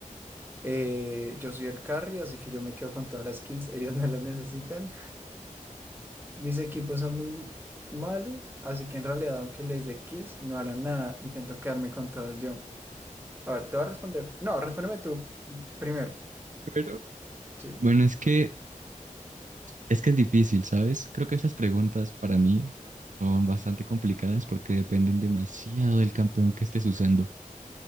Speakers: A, on the right; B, on the right.
A: Eh, yo soy el carry, así que yo me quedo con todas las kills, ellos no las necesitan. Mis equipos son muy malos, así que en realidad, aunque les dé kills, no harán nada. Intento quedarme con todas yo. A ver, te voy a responder. No, respóndeme tú primero.
B: Pero...
A: Sí.
B: Bueno, es que Es que es difícil, ¿sabes? Creo que esas preguntas para mí son bastante complicadas porque dependen demasiado del campeón que estés usando.